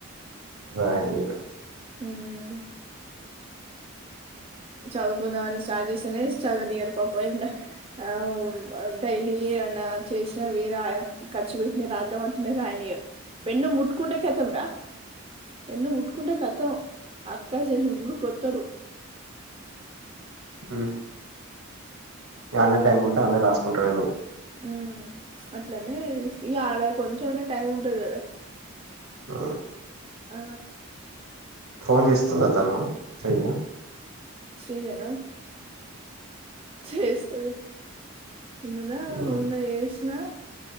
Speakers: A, on the right; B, on the right.
A: రాయనీయరు.
B: ఊమ్ చదువుకుందామని స్టార్ట్ చేస్తేనే చదువ నియ్యరు పాపం ఏదన్న ఆ డైలీ. ఏమనా చేసిన వీరా ఖర్చు పెట్టి రాద్దామంటున్నా రాయనీయరు. పెన్ను ముట్టుకుంటే కతం రా పెన్ను ముట్టుకుంటే కతం అక్క చెల్లు ఉర్రు కొత్తరు.
A: ఉ అన్నె టైం ఉంటే అన్నె రాసుకుంటాడేమో.
B: ఊమ్ అట్లనే ఇగ ఆడ కొంచంనా టైం ఉంటది కదా.
A: ఊ
B: ఆ
A: ఫోన్ చేస్తుంద తను శ్రీజ.
B: శ్రీజ న చేస్తది నిన్ననా
A: హ్మ్
B: మొన్న చేసిన